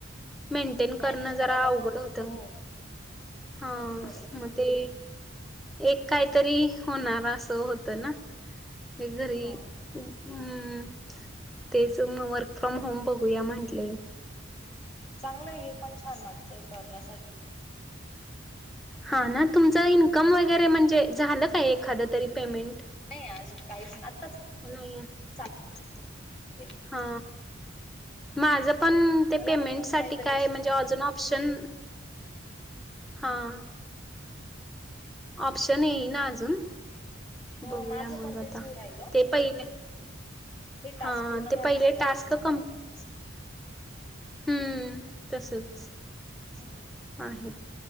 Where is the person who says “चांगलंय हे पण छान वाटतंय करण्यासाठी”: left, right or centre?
Left